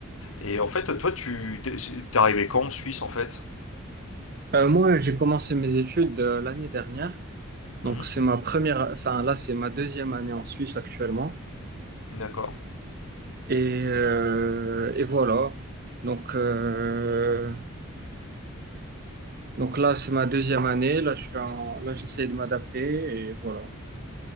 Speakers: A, on the left; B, on the right.
A: et en fait, toi, tu t'es t'es arrivé quand en Suisse, en fait?
B: Euh, moi, j'ai commencé mes études euh, l'année dernière. Donc,
A: Mhm.
B: c'est ma première, enfin, là, c'est ma deuxième année en Suisse actuellement.
A: D'accord.
B: Et, euh, et voilà. Donc, euh, donc là, c'est ma deuxième année. Là, je suis en, là, j'essaie de m'adapter et voilà.